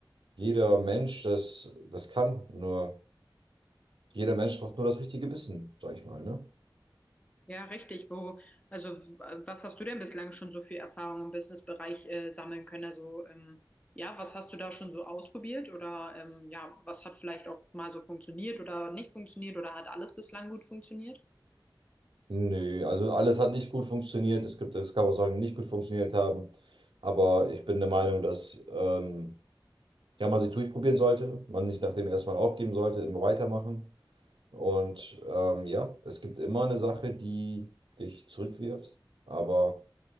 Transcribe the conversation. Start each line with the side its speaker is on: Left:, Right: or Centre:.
Right: jeder Mensch das, das kann. Nur jeder Mensch braucht nur das richtige Wissen, sag ich mal, ne?
Left: Ja, richtig. Wo, also w- was hast du denn bislang schon so viel Erfahrung im Businessbereich äh, sammeln können? Also ähm, ja, was hast du da schon so ausprobiert oder ähm, ja, was hat vielleicht auch mal so funktioniert oder nicht funktioniert oder hat alles bislang gut funktioniert?
Right: Nö, also alles hat nicht gut funktioniert. Es gibt, es gab auch Sachen, die nicht gut funktioniert haben. Aber ich bin der Meinung, dass ähm, ja, man sich durchprobieren sollte, man nicht nach dem ersten Mal aufgeben sollte, immer weitermachen. Und ähm, ja, es gibt immer eine Sache, die dich zurückwirft. Aber